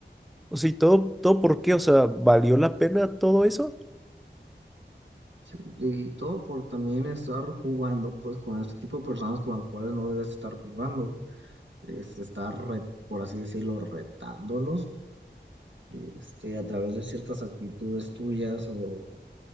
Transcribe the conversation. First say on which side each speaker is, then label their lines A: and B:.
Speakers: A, in the centre; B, on the right (about 80°).
A: O sea, ¿y todo, todo por qué? O sea, ¿valió la pena todo eso?
B: Sí, Y todo por también estar jugando pues con este tipo de personas con las cuales no debes estar jugando. Es estar, re- por así decirlo, retándolos este, a través de ciertas actitudes tuyas o,